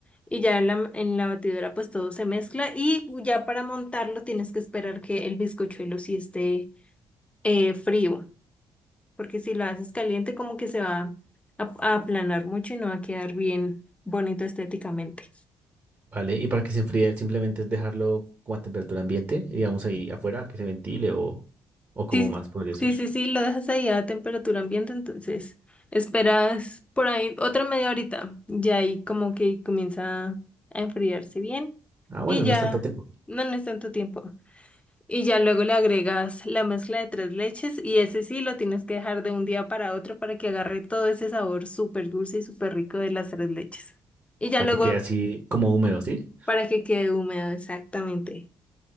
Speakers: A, on the left; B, on the right.
A: y ya en la, en la batidora pues todo se mezcla y ya para montarlo tienes que esperar que el bizcochuelo sí esté eh, frío, porque si lo haces caliente como que se va a, a aplanar mucho y no va a quedar bien bonito estéticamente.
B: Vale, y para que se enfríe simplemente es dejarlo como a temperatura ambiente, digamos ahí afuera, que se ventile o, o como
A: Sí,
B: más podría ser.
A: sí, sí, sí, lo dejas ahí a temperatura ambiente, entonces esperas por ahí otra media horita ya ahí como que comienza a enfriarse bien
B: Ah, bueno,
A: y ya
B: no es tanto tiempo,
A: no, no es tanto tiempo. Y ya luego le agregas la mezcla de tres leches y ese sí lo tienes que dejar de un día para otro para que agarre todo ese sabor súper dulce y súper rico de las tres leches. Y ya
B: para
A: luego
B: que quede así como húmedo, ¿sí?
A: para que quede húmedo, exactamente.